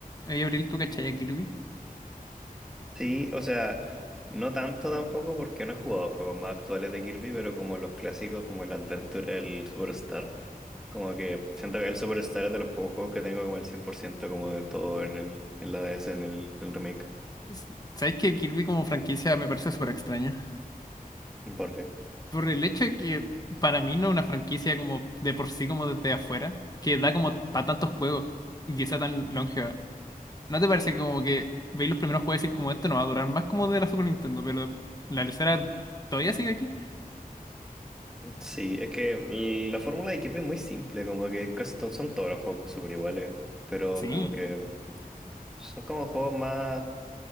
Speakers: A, on the left; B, in the centre.
A: Oye, Abril, ¿tú cachai a Kirby?
B: Sí, o sea, no tanto tampoco porque no he jugado juegos más actuales de Kirby, pero como los clásicos como el Adventure, el Superstar, como que siento que el Superstar es de los pocos juegos que tengo como el 100% como de todo en el en la DS, en el, el remake.
A: S- ¿Sabes que Kirby como franquicia me parece súper extraña?
B: ¿Por qué?
A: Por el hecho de que para mí no es una franquicia como de por sí, como desde afuera, que da como para tantos juegos y que sea tan longeva. ¿No te parece que como que veis los primeros juegos y decís como esto no va a durar más como de la Super Nintendo, pero la lesera todavía sigue aquí?
B: Sí, es que la fórmula de Kirby es muy simple, como que casi to- son todos los juegos súper iguales, pero
A: Sí,
B: como que son como juegos más